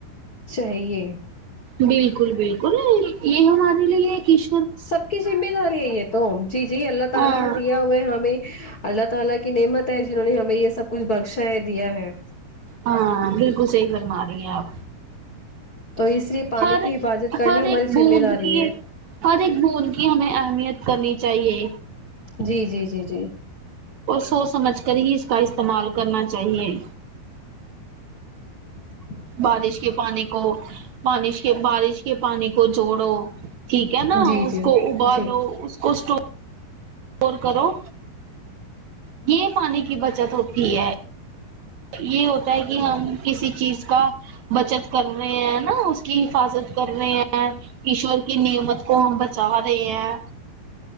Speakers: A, on the left; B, on the right.
A: چاہیے
B: بالکل بالکل یہ ہمارے لیے کش
A: سب کی ذمہ داری ہے یہ تو جی جی اللہ تعالی
B: ہاں
A: نے دیا ہمیں اللہ تعالی کی نعمت ہے جنہوں نے ہمیں یہ سب کچھ بخشا ہے دیا ہے
B: ہاں بالکل صحیح فرما رہی ہیں آپ
A: تو اس لیے پانی
B: ہر
A: کی حفاظت کرنی
B: ہر
A: ہماری
B: ایک
A: ذمہ
B: بوند
A: داری
B: کی
A: ہے
B: ہر ایک بوند کی ہمیں اہمیت کرنی چاہیے
A: جی جی جی جی
B: اور سوچ سمجھ کر ہی اس کا استعمال کرنا چاہیے
A: <inaudible>
B: بارش کے پانی کو بش کے بارش کے پانی کو جوڑو ٹھیک ہے
A: جی
B: نا
A: جی
B: اس کو ابالو
A: جی
B: اس کو اسٹور کرو یہ پانی کی بچت ہوتی ہے یہ ہوتا ہے کہ ہم کسی چیز کا بچت کر رہے ہیں نا اس کی حفاظت کر رہے ہیں ایشور کی نعمت کو ہم بچا رہے ہیں